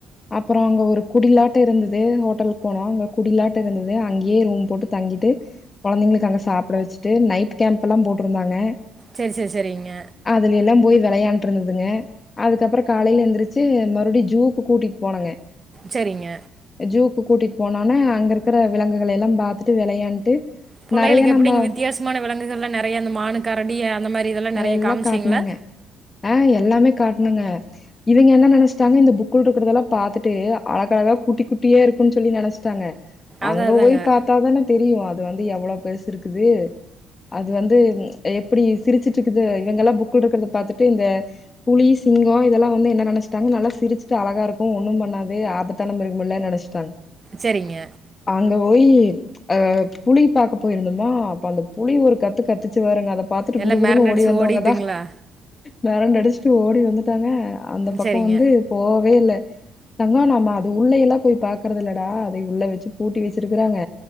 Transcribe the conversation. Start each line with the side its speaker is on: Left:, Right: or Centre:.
Left: அப்புறோ அங்க ஒரு குடிலாட்ட இருந்துது ஹோட்டலுக்கு போனோ அங்க குடிலாட்ட இருந்தது அங்கேயே ரூம் போட்டு தங்கிட்டு கொழந்தைங்களுக்கு அங்க சாப்புட வெச்சுட்டு நைட் கேம்ப் எல்லாம் போட்டுருந்தாங்க
Right: சேர் சேர் சேரிங்க
Left: அதுலியெல்லாம் போய் வெளையாண்ட் இருந்ததுங்க அதுக்கப்புறோ காலைல எந்துருச்சு மறுபடியு ஜூக்கு கூட்டிட் போனங்க
Right: சேரிங்க
Left: ஜூக்கு கூட்டிட் போனோனே அங்க இருக்குற விலங்குகள் எல்லாம் பாத்துட்டு வெளையாண்ட்டு
Right: புள்ளைளுக்கு
Left: நெறைய
Right: எப்புடிங்க
Left: நம்ம
Right: வித்தியாசமான விலங்குகள்லா நறையா அந்த மானு கரடி அந்த மாரி இதெல்லா நறையா
Left: எல்லா
Right: காமிச்சிங்களா
Left: காட்னாங்க ஆ எல்லாமே காட்ணோங்க இவங்க என்ன நெனச்சுட்டாங்க இந்த புக்குள் இருக்குறதெல்லா பாத்துட்டு அழகழகா குட்டி குட்டியே இருக்குன் சொல்லி நெனச் சாங்க
Right: அது
Left: அங்க
Right: அதாங்க
Left: போய் பாத் த்தாதான தெரியு அது வந்து எவ்வளோ பெருசு இருக்குது அது வந்து எப்டி சிரிச்சிட்டு இருக்குது இவங்க எல்லாம் புக் இருக்கறது ப பா்த்துட்டு இந்த புலி சிங்கோ இதெல்லா வந்து என்ன நெனச்சுட்டாங்க நல்லா சிருச்சுட்டு அழகா இருக்கு ஒன்னும் பண்ணாத் து ஆபத்தான மிருகமில்ல நெனச்சுட்டாங்
Right: சரிங்க.
Left: அங்க போயி அ புலி பாக்க போயிருந்தமா அப்ப அந்த புலி ஒரு கத்து கத்துச்சு பாருங்க அத பாத் த்துட்டு
Right: எல்லாம்
Left: குடு குடுன்னு
Right: மிரண்டு
Left: ஓடி
Right: அடிச்சு
Left: வந்தவங்கதா
Right: ஓடிட்டுங்களா?
Left: மெரண்டு அடுச்சுட்டு ஓடி வந்துட்டாங்க அந்த பக்கோ
Right: சரிங்க,
Left: வந்து போவே இல்ல தங்கோ நம்ம அது உள்ளை எல்லா போய் பாக்கறது இல்லடா அதை உள்ள வெச்சு பூட்டி வெச்சுருக்குறாங்க